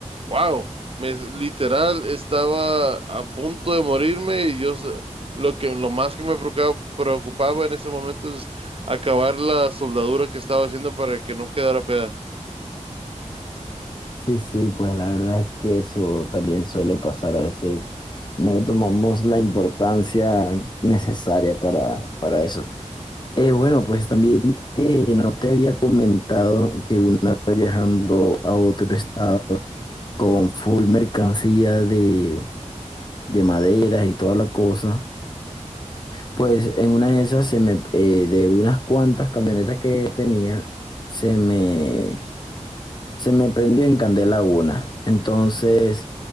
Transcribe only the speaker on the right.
Wow, me, literal estaba a punto de morirme y yo s- lo que lo más que me preocupa- preocupaba en ese momento es acabar la soldadura que estaba haciendo para que no quedara fea.